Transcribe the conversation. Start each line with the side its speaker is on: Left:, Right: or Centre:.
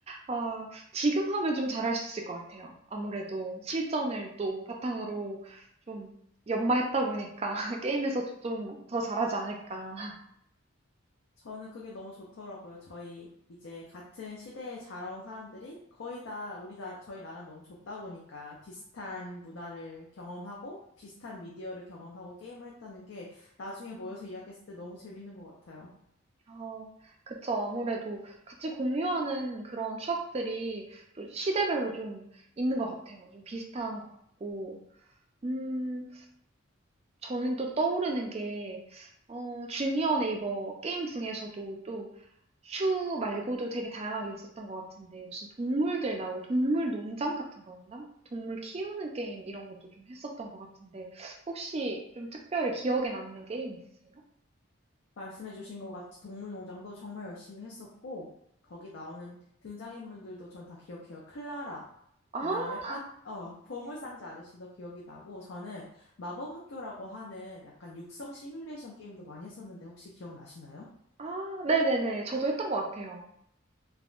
Right: 아 지금 하면 좀 잘할 수 있을 것 같아요. 아무래도 실전을 또 바탕으로 좀 연마했다 보니까 <laughs> 게임에서도 좀 더 잘하지 않을까.
Left: 저는 그게 너무 좋더라고요. 저희 이제 같은 시대에 자라온 사람들이 거의 다 우리 나라, 저희 나라는 너무 좁다 보니까 비슷한 문화를 경험하고 비슷한 미디어를 경험하고 게임을 했다는 게 나중에 모여서
Right: 음.
Left: 이야기했을 때 너무 재밌는 것 같아요.
Right: 어, 그쵸. 아무래도 같이 공유하는 그런 추억들이 또 시대별로 좀 있는 것 같아요. 좀 비슷한 것 같고. 음, 저는 또 떠오르는 게, 어, 주니어 네이버 게임 중에서도 또 슈 말고도 되게 다양하게 있었던 것 같은데, 무슨 동물들 나오고 동물 농장 같은 거였나? 동물 키우는 게임 이런 것도 좀 했었던 것 같은데, 혹시 좀 특별히 기억에 남는 게임 있으세요?
Left: 말씀해주신 것 같이 동물농장도 정말 열심히 했었고, 거기 나오는 등장인물들도 전 다 기억해요. 클라라,
Right: 아,
Left: 그 다음에 빡, 어, 보물상자 아저씨도 기억이 나고, 저는 마법학교라고 하는 약간 육성 시뮬레이션 게임도 많이 했었는데 혹시 기억나시나요?
Right: 아, 네네네. 저도 했던 것 같아요.